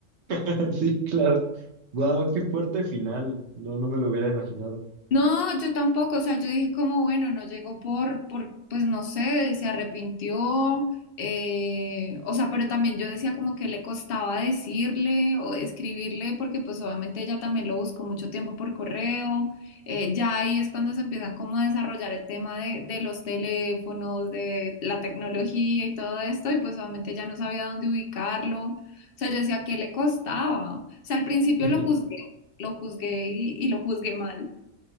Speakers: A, on the right (about 55°); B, on the left (about 55°).
A: <laughs> Sí, claro. Wow, qué fuerte final. No, no me lo hubiera imaginado.
B: No, yo tampoco, o sea, yo dije como, bueno, no llegó por, por, pues no sé, se arrepintió, eh, o sea, pero también yo decía como que le costaba decirle o escribirle, porque pues obviamente ella también lo buscó mucho tiempo por correo, eh, ya ahí es cuando se empiezan como a desarrollar el tema de, de los teléfonos, de la tecnología y todo esto, y pues obviamente ya no sabía dónde ubicarlo, o sea, yo decía, que le costaba? O sea, al principio
A: <laughs>
B: lo juzgué, lo juzgué y y lo juzgué mal.